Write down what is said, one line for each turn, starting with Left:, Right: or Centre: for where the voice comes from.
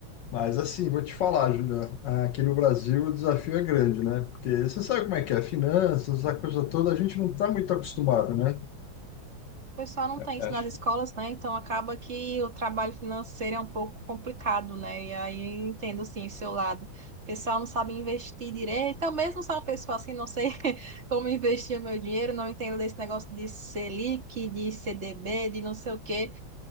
Left: Mas assim, vou te falar, Julia, aqui no Brasil o desafio é grande, né? Porque você sabe como é que é, finanças, essa coisa toda, a gente não está muito acostumado, né?
Right: O pessoal não tem isso
Left: Acho
Right: nas escolas,
Left: que
Right: né? Então acaba que o trabalho financeiro é um pouco complicado, né? E aí eu entendo sim o seu lado. O pessoal não sabe investir direito. Eu mesmo sou uma pessoa assim, não sei <laughs> como investir o meu dinheiro, não entendo desse negócio de Selic, de CDB, de não sei o quê.